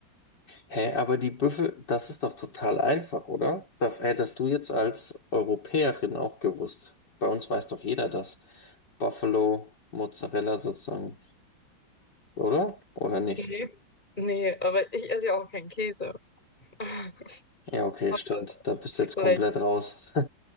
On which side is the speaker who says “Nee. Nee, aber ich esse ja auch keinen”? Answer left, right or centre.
Left